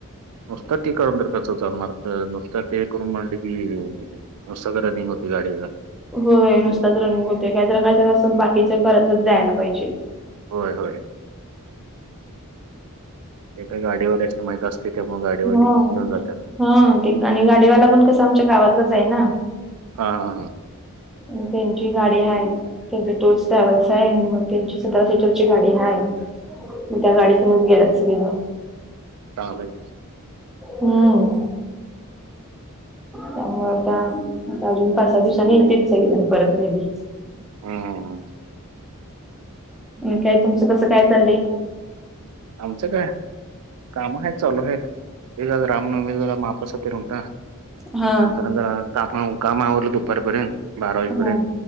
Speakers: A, on the right (about 80°); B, in the centre.
A: नुस्ता ते करून तर कसं चालणार नुस्ता ते करून आंडल की. नुस्ताच रनिंग हुतय गाडीला.
B: होय नुसताच रनिंग होतय कायतर कायतर असं करतच जायला पाइजे.
A: होय होय. ते काय गाडीवाल्यासनी माइत असतय त्यामुळ गाडीवाली
B: हो.
A: घेऊन जात्यात
B: हा ते क आणि गाडीवाला पण कसं आमच्या गावातलाच हाय ना.
A: हा हा हा.
B: म तेंची गाडी हाय त्यांचे टूर्स ट्रॅव्हल्स हाय मग तेंची सतरा सीटरची गाडी हाय त्या गाडीतूनच गेल्यात सगळेजण.
A: लाबाय
B: हम्म. त्यामुळ आता आता अजून पाच सा दिवसान येतील. एक परत मे बी
A: हम्म
B: म काय तुमचं कसं काय चाल्लंय?
A: आमचं काय काम हाइत चालू हाइत ते जरा रामनवमी जरा महाप्रसाद तेन हुता.
B: हा.
A: म्हनताना जरा काम काम आवरलं जरा दुपारपरेंत बारा वाजेपरेंत
B: हो.